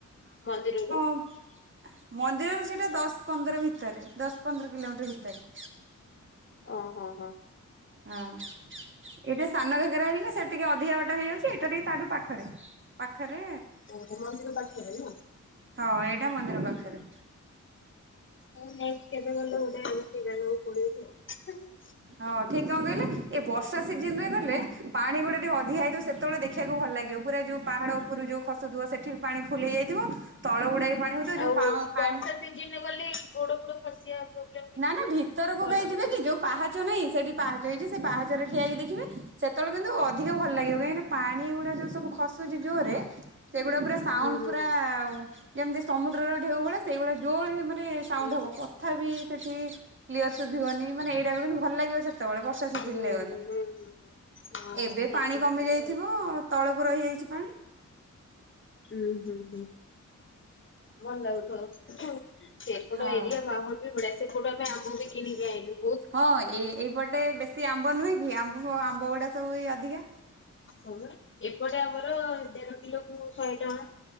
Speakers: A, on the left; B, on the right.
A: ମନ୍ଦିରରୁ?
B: <unintelligible> ମନ୍ଦିର ରୁ ସେଇଟା ଦଶ ପନ୍ଦର ଭିତରେ ଦଶ ପନ୍ଦର କିଲୋମିଟର ଭିତରେ।
A: ଓହ ହ ହ
B: <unintelligible> ଏଇଟା ସାନ ଘାଗରା ଘରିକା ସେଆଡେ ଟିକେ ଅଧିକା ବାଟ ହେଇଯାଉଛି ଏଟା ଟିକେ ତାଠୁ ପାଖରେ। ପାଖରେ
A: ଓହୋ ମନ୍ଦିର ପାଖରେ ନା
B: ହଁ ଏଇଟା ମନ୍ଦିର ପାଖରେ।
A: ମୁଁ ଯାଇକି କେବେ ଗଲେ ଗୋଟେ ସେଇ ଯାଗାକୁ ପଳେଇବି ଆଉ।
B: ହଁ ଠିକ କଣ କହିଲେ ଏ ବର୍ଷା ସିଜିନରେ ଗଲେ ପାଣି ଗୁଡା ଟିକେ ଅଧିକା ହେଇଥିବ ସେତବେଳେ ଦେଖିବାକୁ ଭଲ ଲାଗିବ। ପୁରା ଯୋଉ ପାହାଡ଼ ଉପରୁ ଯୋଉ ଖସୁଥିବ ସେଠି ପାଣି ଫୁଲେଇ ଯାଇଥିବ ତଳ ଗୁଡ଼ା ବି ପାଣି ହଉଥିବ ଯୋଉ
A: ଆଉ
B: ପାଣି
A: ବର୍ଷା ସିଜନରେ ଗଲେ ଗୋଡ଼ ଫୋଡ଼ ଖସିବା ପ୍ରୋବ୍ଲେମ କିଛି
B: ନାଁ ନାଁ
A: ନାହିଁ?
B: ଭିତରକୁ
A: ଛୁଆଟାକୁ
B: କାଇଁ ଯିବେ
A: ଧରିକି
B: କି ଯୋଉ ପାହାଚ ନାହିଁ ସେଠି ପାହାଚ ହେଇଛି ସେ ପାହାଚରେ ଠିଆ ହେଇକି ଦେଖିବେ ସେତେବେଳେ କିନ୍ତୁ ଅ ଯିବାକୁ ଭଲ ଲାଗିବ କାହିଁକିନା ପାଣି ଗୁଡା ଯୋଉ ସବୁ ଖସୁଚି ଜୋରରେ ସେଗୁଡା ପୁରା ସାଉଣ୍ଡ
A: ହୁଁ ହୁଁ
B: ପୁରା
A: ହୁଁ
B: ଆଉ ଯେମିତି ସମୁଦ୍ରର ଢେଉ ଭଳି ସେଇଭଳିଆ ଜୋର ମା ନେ ସାଉଣ୍ଡ
A: ହୁଁ ହୁଁ
B: ହବ କଥା ବି ସେଠି କ୍ଲିୟର ସୁଭିବନି ମାନେ ଏଇଟା ବି ଭଲଲାଗିବ ସେ ତେବେଳେ ବର୍ଷା ସିଜିନରେ
A: ହୁଁ
B: ଗଲେ
A: ହୁଁ ହୁଁ। ହଁ
B: ଏବେ
A: ହେଇଥିବ
B: ପାଣି କମି
A: ତାହେଲେ
B: ଯାଇଥିବ।
A: ଆଉ।
B: ତଳକୁ ରହିଯାଇଛି ପାଣି।
A: ହୁଁ ହୁଁ ହୁଁ ଭଲ ଲାଗୁଥବ ସେପଟ
B: ହଁ
A: ଏରିଆ ମାହୋଲ ବଢିଆ ସେପଟୁ ଆମେ ଆମ୍ବ ବି କିଣିକି ଆଣିଲୁ।
B: ହଁ ଏ ଏଇପଟେ ବେଶୀ ଆମ୍ବ ନୁହେଁ କି ଆମ୍ବ ଆମ୍ବ ଗୁଡା ସବୁ ଏଇ ଅଧିକା
A: ହୁଁ ଏପଟେ ଆମର ଦେଢ କିଲୋକୁ ଶହେ ଟଙ୍କା।